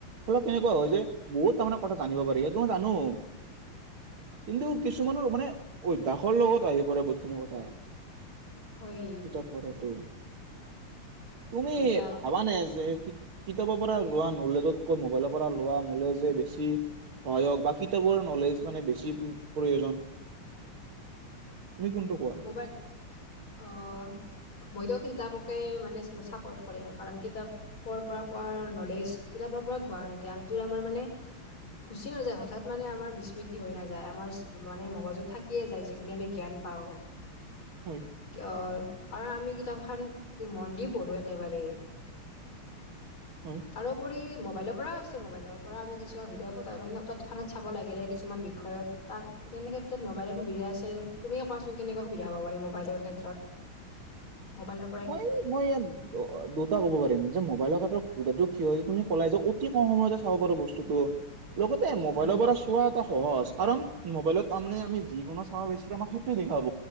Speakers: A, on the right; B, on the left.
A: ফলত কেনেকুৱা হয় যে বহুত তাৰমানে কথা জানিব পাৰি সেই জানোঁ। কিন্তু কিছুমানৰ মানে অভ্যাসৰ লগত আহি পৰে বহুতখিনি কথা।
B: হয়।
A: <unintelligible> তুমি
B: হয় দিয়া
A: মানে যে কিতাপৰ পৰা লোৱা নলেজতকৈ মোবাইলৰ পৰা লোৱা নলেজে বেছি। সহায়ক বা কিতাপৰ নলেজ মানে বেছি প্ৰ-প্ৰয়োজন। তুমি কোনটো কৱো?
B: মোবাইল অহ মইতো কিতাপকে মানে চাপ'ৰ্ট কৰিম কাৰণ কিতাপ ক'ৰ পৰা পোৱা নলেজ কিতাপৰ পৰা জ্ঞা-জ্ঞানটোৰ আমাৰ মানে গুচি নাযায় হঠাৎ মানে আমাৰ বিস্মৃতি হৈ নাযায় আমাৰ মানে মগজত থাকিয়ে যায় যি এতিয়া আমি জ্ঞান পাওঁ।
A: হয়।
B: অ, কাৰণ আমি কিতাপখন মন দি পঢ়ো একেবাৰে।
A: হয়।
B: তাৰোপৰি মোবাইলৰ পৰা আছে আৰু মোবাইলৰ পৰা আমি কিছুমান ভিডিঅ' পঠাবা পাৰি ন' তৎক্ষণাত চাব লাগিলে কিছুমান বিষয়ত তাৰ তেনে ক্ষেত্ৰত মোবাইলৰ সুবিধা আছে তুমিয়ে কোৱাচোন। কেনেকুৱা সুবিধা হব পাৰে মোবাইলৰ ক্ষেত্ৰত মবাইলৰ
A: মই মই আনো অ' দুটা কব পাৰিম যে মোবাইলৰ ক্ষেতৰ সুবিধটো কি হয় হৈছে তুমি কলাই যে অতি কম সময়তে চাব পাৰো বস্ত। লগতে মোবাইলৰ
B: উম
A: পৰা- চোৱা এটা সহজ কাৰণ মোবাইলত তাৰমানে আমি যিকোনো চাব বিচাৰো আমাক সেইটোৱে দেখাব।